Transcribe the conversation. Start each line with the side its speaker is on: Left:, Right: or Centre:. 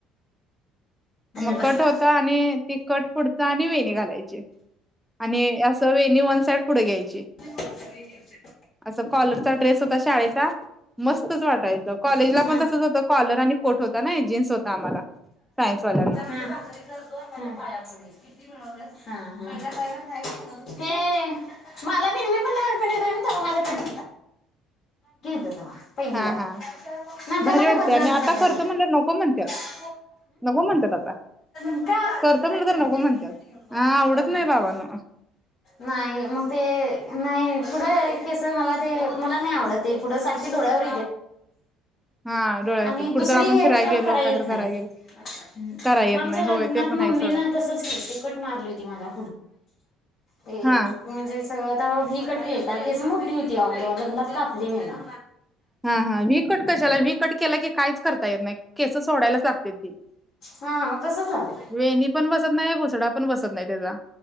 Centre: मग
Left: बाई
Centre: कट होता आणि ती कट पुढचा आणि वेणी घालायची आणि असं वेनी वन साईड पुढे घ्यायची,
Left: <inaudible> <unintelligible>
Centre: असं कॉलरचा ड्रेस, होता शाळेचा मस्तच वाटायच, तीला
Left: हा
Centre: पण तसच होत कॉलर आणि कोट होता, ना जीन्स होता आम्हाला सायन्स वाल्यांना.
Left: हम्म <unintelligible> <unintelligible> <unintelligible> <unintelligible> मला बि मी पण लहानपणी कट होता <unintelligible> पहिलीला
Centre: हा हा
Left: नंतर
Centre: भारी
Left: ना ते
Centre: वाटते
Left: बदल
Centre: आणि आता
Left: बदलल.
Centre: करतो म्हणलं नको म्हणतात
Left: हम्म हम् <unintelligible>
Centre: नको म्हणतात आता
Left: <unintelligible>
Centre: करतो म्हटलं तर नको म्हणत्यात. हा आवडत नाही बाबांनो
Left: <inaudible> नाही मग ते नाही पुढं कस मला ते मला नाही आवडत ते पुढं सारखी डोळ्यावर
Centre: हा डोळ्याचं
Left: आणि
Centre: कुठं
Left: दुसरी
Centre: तर आपण
Left: हेअर
Centre: फिराय
Left: स्टाईल
Centre: गेलो
Left: करायलाच
Centre: काय तर
Left: यत नाही.
Centre: कराय गेलो
Left: हम्
Centre: कराय
Left: मग
Centre: येत
Left: आमच्या
Centre: नाही
Left: लग्नात
Centre: होय ते पण
Left: मम्मीन
Centre: आहे सोडा
Left: तसच कि कट मारली होती मला. हम
Centre: हा
Left: म्हणजे सगळं तेव्हाभी कट केलता केस मोठी होती अगद लग्नात कापली मी ना.
Centre: हा हा व्हीकट कशाला व्ही कट केला की काहीच करता येत नाही. केस सोडायलाच लागते ती.
Left: हा मग तसंच झालं
Centre: वेणी पण बसत नाही बुचडा पण बसत नाही त्याचा.